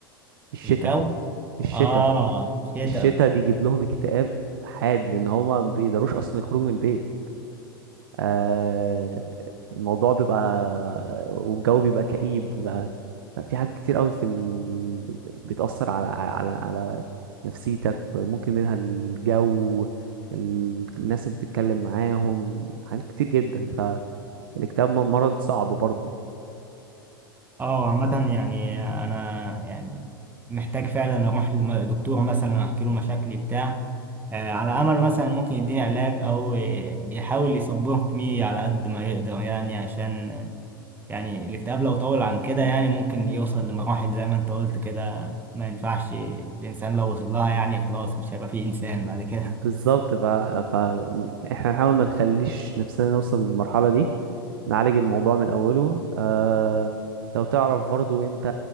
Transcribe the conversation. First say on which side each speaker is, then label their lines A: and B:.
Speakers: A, on the right; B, on the right.
A: الشتاء
B: الجو
A: الشتاء
B: آه شتا
A: الشتاء بيجيب لهم اكتئاب حاد لأن هما ما بيقدروش أصلا يخرجوا من البيت آه، الموضوع بيبقى والجو بيبقى كئيب بيبقى في حاجات كتير قوي في ال... بتأثر على على على نفسيتك ممكن منها الجو ال- الناس اللي بتتكلم معاهم حاجات كتير جدا فالاكتئاب م- مرض صعب برضه
B: اه عامة يعني أنا يعني محتاج فعلا أروح لدكتور مثلا أحكي له مشاكلي بتاع آه، على أمل مثلا ممكن يديني علاج أو يحاول يصبرني على قد ما يقدر يعني عشان يعني الاكتئاب لو طول عن كده يعني ممكن يوصل لمراحل زي ما أنت قلت كده ما ينفعش الإنسان لو وصل لها يعني خلاص مش هيبقى فيه إنسان بعد كده
A: بالظبط ف... ف احنا نحاول ما نخليش نفسنا نوصل للمرحلة دي نعالج الموضوع من أوله آه... لو تعرف برضو انت